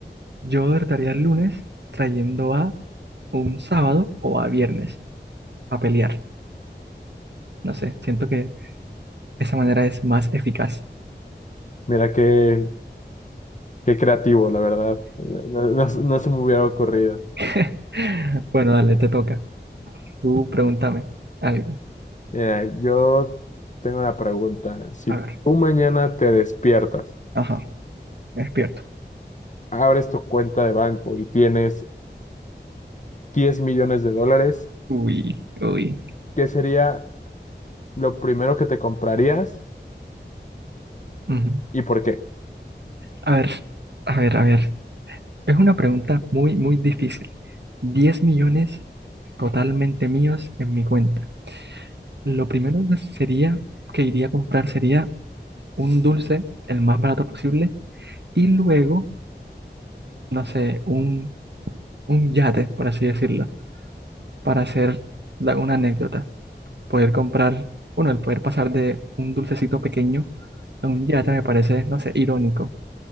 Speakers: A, on the right; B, on the left.
A: yo derrotaría el lunes trayendo a un sábado o a viernes a pelear. No sé, siento que esa manera es más eficaz.
B: Mira qué, qué creativo, la verdad. No, no- no se me hubiera ocurrido.
A: <laughs> Bueno, dale, te toca. Tú pregúntame algo.
B: Eh, yo tengo una pregunta. Si
A: A ver.
B: tú mañana te despiertas,
A: Ajá, me despierto.
B: abres tu cuenta de banco y tienes 10 millones de dólares,
A: Uy, uy.
B: ¿qué sería lo primero que te comprarías
A: Ujú.
B: y por qué?
A: A ver, a ver, a ver. Es una pregunta muy, muy difícil. 10 millones totalmente míos en mi cuenta. Lo primero que sería que iría a comprar sería un dulce, el más barato posible, y luego, no sé, un, un yate, por así decirlo, para hacer la- una anécdota. Poder comprar, bueno, el poder pasar de un dulcecito pequeño a un yate me parece, no sé, irónico.